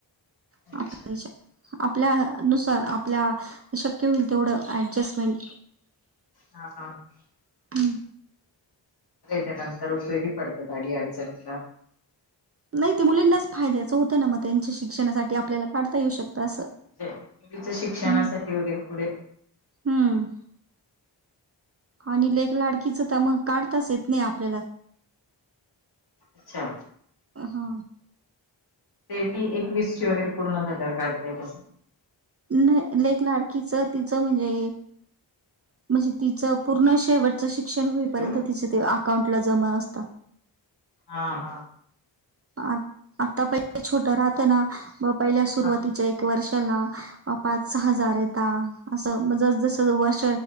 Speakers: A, on the left; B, on the right.
A: अच्छा.
B: आपल्याच्या आपल्या नुसार आपल्याला शक्य होईल तेवढ ऍडजस्टमेंट.
A: हा हा हा
B: हम्म.
A: ते नंतर उपयोगी पडतात अडीअडचणीला.
B: नाही ते मुलींनाच फायद्याचं होतं ना. मग त्यांच्या शिक्षणासाठी आपल्याला काढता येऊ शकतं असं.
A: ते मुलीच्या शिक्षणासाठी
B: हम्म
A: वगैरे पुढे
B: हम्म आणि लेक लाडकीचं तर मग काढताच येत नाही आपल्याला.
A: अच्छा,
B: अ हा
A: ते ती एकवीस ची वगैरे पूर्ण झाल्यावर काढता येत असेल.
B: नाही. लेक लाडकीच तिचं म्हणजे, म्हणजे तिचं ते पूर्ण शेवटचं शिक्षण होईपर्यंत
A: हॅलो.
B: तिचं ते अकाउंटला जमा असतात
A: हा हा
B: आ आता पहि छोटं राहतो ना पहिल्या सुरुवाती
A: हा
B: वर्षाला पाच सहा हजार येता असं मग जस जस वर्ष